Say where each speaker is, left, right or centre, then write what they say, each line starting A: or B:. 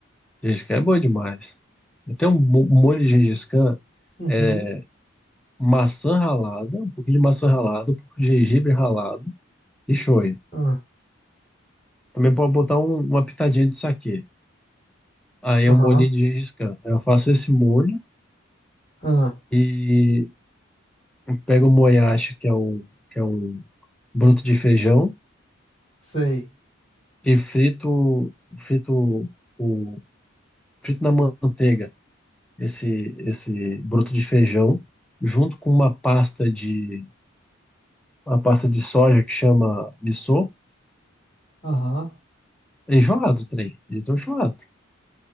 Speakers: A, in the centre; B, on the left (about 30°).
A: Gengis Khan é bom demais. Então, um mo- um molho de Gengis Khan
B: Uhum.
A: é maçã ralada, um pouquinho de maçã ralada, um pouco de gengibre ralado e shoyu.
B: Ah,
A: Também pode botar um- uma pitadinha de saquê. Aí
B: aham.
A: é um molhinho de Gengis Khan. Eu faço esse molho
B: Ah,
A: e pego o moyashi, que é um, que é um broto de feijão.
B: sei.
A: e frito, frito, o, frito na manteiga esse, esse broto de feijão, junto com uma pasta de, uma pasta de soja que chama missô.
B: Aham,
A: É enjoado o trem, eu tô enjoado.